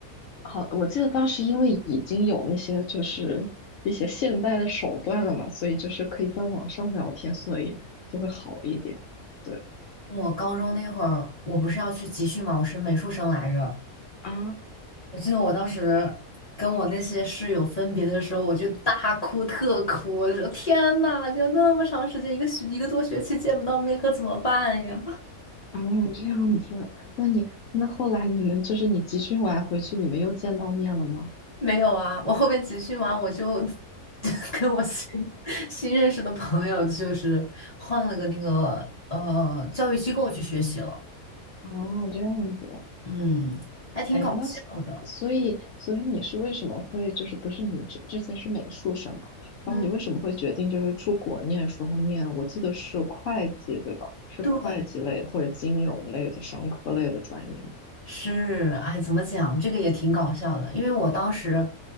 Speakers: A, on the left; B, on the left.
A: 好，我记得当时因为已经有那些就是一些现代的手段了嘛，所以就是可以在网上聊天，所以就会好一点。对
B: 我高中那会儿，我不是要去集训嘛，我是美术生来着。
A: 啊
B: 我记得我当时跟我那些室友分别的时候，我就大哭特哭，我就说天呐，就那么长时间，一个学一个多学期见不到面，可怎么办呀？
A: 啊，这样子，那你那后来你们就是你集训完回去，你们又见到面了吗？
B: 没有啊，我后面集训完我就 <laughs> 跟我新新认识的朋友，就是换了个那个呃教育机构去学习了，
A: 哦，这样子。
B: 嗯，还挺搞笑的。
A: 哎，那所所以所以你是为什么会就是不是你之之前是美术生嘛？然后你为什么会决定就是出国念时候念？
B: 嗯，
A: 我记得是会计对吧？是会计类的或者金融类的商科类的专业
B: 对，是，哎，怎么讲，这个也挺搞笑的，因为我当时